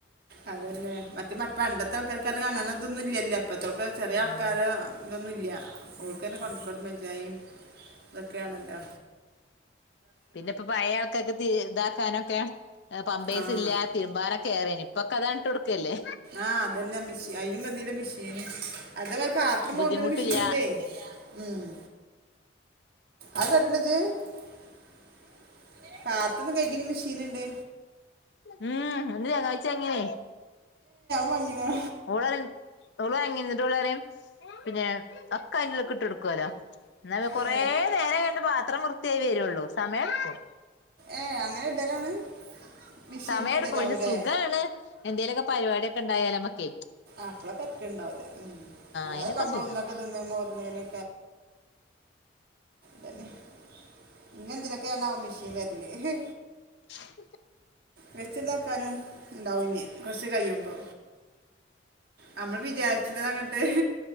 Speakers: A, on the right; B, on the left.
A: അതന്നെ. മറ്റേ പണ്ടത്തെ ആൾക്കാർക്കങ്ങനെ ഇതൊന്നുംല്ലല്ലോ ഇപ്പത്തേക്കെ ചെറിയ ആൾക്കാര്
B: ആഹ്
A: ഇതൊന്നുല്ല്യ ഓർക്കന്നെ <unintelligible> ഇതൊക്കെയണല്ലോ.
B: പിന്നെപ്പം പഴയയാൾക്കൊക്ക ഇതാക്കാനൊക്കെ പാമ്പേഴ്സില്ല
A: ആ
B: തിരുമ്പാനൊക്കെ അറിയാഞ്ഞു ഇപ്പൊക്കെ അത് ഇട്ടുകൊടുക്കല്ലേ.
A: ആഹ് അതന്നെ മിഷി‌ന് അതിനു വന്നില്ലേ മെഷീന്. അത പോലെ പാത്രമോർണ്നും
B: ബുദ്ധിമുട്ടില്ല
A: മിഷീന്ണ്ടെ. മ്മ്. അത് <unintelligible> മെഷീൻ ഉണ്ട്
B: മ്മ്. ന്റെ ചെങ്ങായിച്ചി അങിനി
A: വാങ്ങിനാ
B: <unintelligible> ഓൾ വാങ്ങിണ് <unintelligible> പിന്നെ ഒക്കെ അയിന്റെ ഉള്ക് ഇട്ടോടുകേലോ. എന്ന കൊറ
A: ഏ
B: നേരം കഴിഞ്ഞിട്ട് പാത്രം വൃത്തിയായി വരുള്ളൂ. സമയടുക്കും.
A: ഏ അങ്ങനെ ഇടലാണ്. മെഷീനിക്ക്
B: സമയ എടുക്കും
A: ഇടലാവൂലേ
B: പക്ഷെ സുഖാണ് എന്തേലുക്കെ പരിപാടിയൊക്കെ ഇണ്ടായാലമ്മക്ക്.
A: ആപ്പളെക്കെ തെർക്കാണ്ടാവില്ല. മ്മ് അല്ലാതെപ്പം
B: അയിനൊക്കെ
A: നമ്മൾ
B: സുഖാ
A: ഒന്നൊക്കെ തിന്ന് മോറുണെന് <unintelligible> ഇനി എന്തിനെക്കെയാണ് മെഷീൻ വരു <unintelligible>
B: <unintelligible>
A: വെച്ച് ഇട്ടാക്കാനും ഉണ്ടാവും ഇനി കൊറച്ച് കഴിയുമ്പോ നമ്മൾ വിചാരിച്ചതങ്ങട്ട്